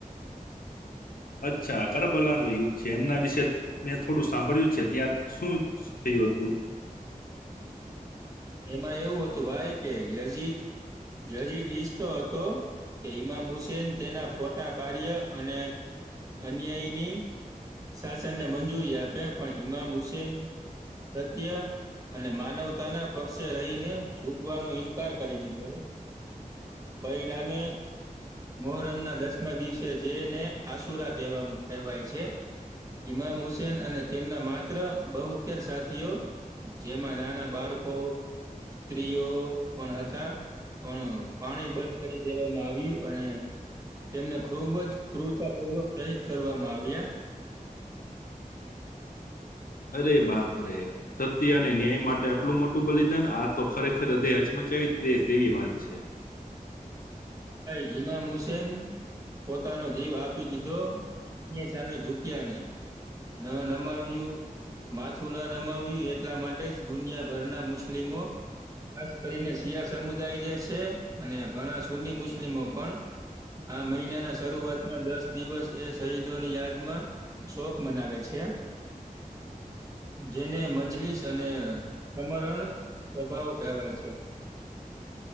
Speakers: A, on the left; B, on the right.
A: અચ્છા કરબલા નું યુદ્ધ છે એમના વિશે મેં થોડું સાંભળ્યું છે ત્યાં શું. થયુ હતું.
B: એમાં એવું હતું ભાઈ કે યજી યજીદ ઈશતો હતો. કે ઈમામ હુસેૈન તેના ખોટા કાર્ય અને અન્યાયની, શાસનને મંજૂરી આપે પણ ઈમામ હુસેન, સત્ય અને માનવતાના, પક્ષે રહીને ઝૂકવાનો ઈન્કાર કરી દીધો. પરિણામે, મોહરમ ના દસમા દિવસે જેને આસુરા કહેવા કહેવાય છે. ઈમામ હુસેન અને તેમના માત્ર બહુતેર સાથીઓ, જેમાં નાના બાળકો, સ્ત્રીઓ પણ હતા. પણ પાણી બંધ કરી દેવામાં આવ્યું અને, તેમને ખુબ જ ક્રૂરતાપૂર્વક શહીત કરવામાં આવ્યા.
A: અરે બાપ રે, સત્ય અને ન્યાય માટે આટલું મોટું બલિદાન આ તો ખરેખર હૃદય હચમચાવી દે તેવી વાત છે.
B: ભાઈ ઇમામ હુસેન, પોતાનો જીવ આપી દીધો, એની સામે ઝુક્યા નહી. ન નમા આવ્યું. માથું ન નમાવ્યું એટલા માટે જ દુનિયાભરના મુસ્લિમો, ખાસ કરીને શિયા સમુદાય જે છે અને ઘણા સુની મુસ્લિમો પણ, આ મહિનાના શરૂઆતમાં દસ દિવસ એ શહીદોની યાદમાં, શોક મનાવે છે. જેને મજલીસ અને સમરણ સ્વભાવ કહેવાય છે.